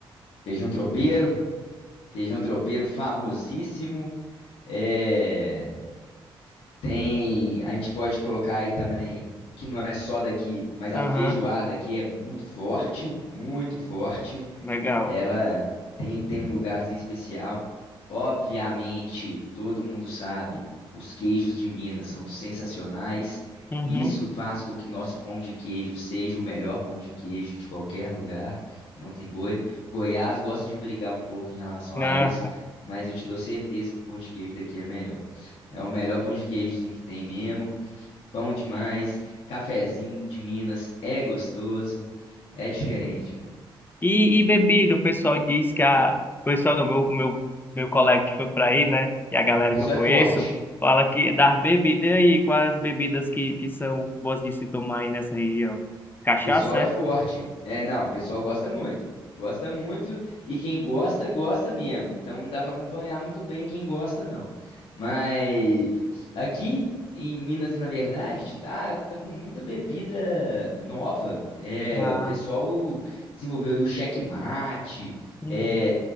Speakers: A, on the left; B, on the left.
A: Feijão tropeiro, feijão tropeiro famosíssimo. É, tem, a gente pode colocar aí também que não é só daqui, mas
B: Aham,
A: a feijoada aqui é muito forte, muito forte.
B: legal.
A: Ela tem, tem um lugarzinho especial. Obviamente, todo mundo sabe, os queijos de Minas são sensacionais.
B: Uhum.
A: Isso faz com que nosso pão de queijo seja o melhor pão de queijo de qualquer lugar. Não tem boi. Goiás gosta de brigar um pouco em relação a
B: Ah,
A: isso, mas eu te dou certeza que o pão de queijo daqui é melhor. É o melhor pão de queijozinho que tem mesmo. Pão demais. Cafezinho de Minas é gostoso. É diferente, velho.
B: E, e bebida, o pessoal diz que a. O pessoal do meu, meu, meu colega que foi pra aí, né? E a galera
A: O pessoal
B: que eu conheço,
A: é forte.
B: fala que é das bebidas aí, quais as bebidas que, que são boas de se tomar aí nessa região? Cachaça,
A: Pessoal é
B: é?
A: forte. É, não, o pessoal gosta muito. Gosta muito e quem gosta, gosta mesmo. Então não dá para acompanhar muito bem quem gosta, não. Mas aqui em Minas, na verdade, tá, tá com muita bebida nova. É,
B: Ah,
A: o pessoal desenvolveu aí o checkmate,
B: uhum.
A: é,